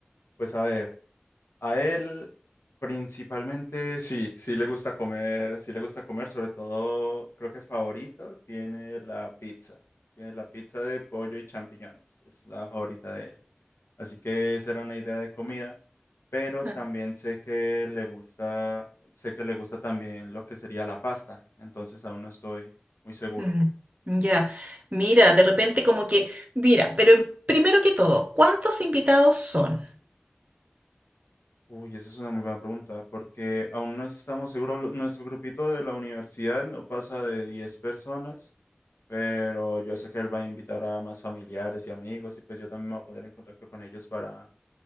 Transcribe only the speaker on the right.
Ah,
mm, Ya, mira, de repente como que, mira, pero primero que todo, ¿cuántos invitados son?